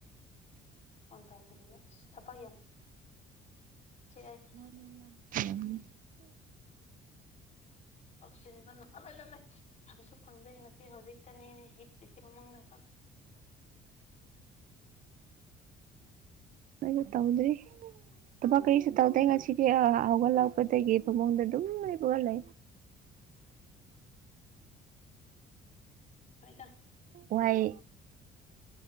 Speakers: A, on the left (about 45°); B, on the right (about 55°).
A: ꯍꯟ ꯇꯥꯎꯗꯅꯦ ꯑꯁ ꯊꯕꯄ ꯌꯥꯝ
B: <unintelligible>
A: ꯑꯩ ꯁꯤꯟꯕꯕꯁꯨ ꯐꯪꯗꯩ ꯉꯁꯤ ꯍꯧꯖꯤꯛꯇꯅꯦ ꯍꯤꯞꯇꯁꯤ ꯎꯃꯪꯗ ꯆ
B: ꯅ ꯇꯧꯗꯔꯤ ꯇꯃ ꯀꯔꯤꯁ ꯇ ꯇ ꯉꯁꯤ ꯁꯤꯒꯤ ꯑ ꯍꯧꯥꯎꯒꯠꯂꯥꯎꯒꯗꯒꯕꯑꯣꯡꯗ ꯑꯗꯨꯝ ꯂꯩꯕꯒꯠꯂ
A: ꯍꯣꯏꯗ
B: ꯋꯥꯏ